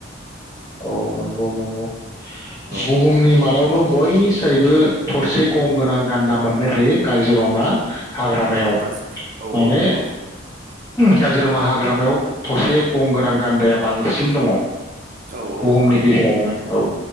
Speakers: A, on the left; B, on the right.
A: औ नंगौ नंगौ।
B: औ
A: बुहुमनि मादावनो बयनिसायबो थसे खम गोनां गान्दा मोननाय जायो काजिरङा हाग्रामायाव
B: औ काज औ
A: माने
B: औ नंगौ
A: काजिरङा हाग्रामायाव थरसे गं गोनां गान्दाया बांसिन दङ।
B: औ
A: बुहुमनि
B: औ
A: गेजेरावनो औ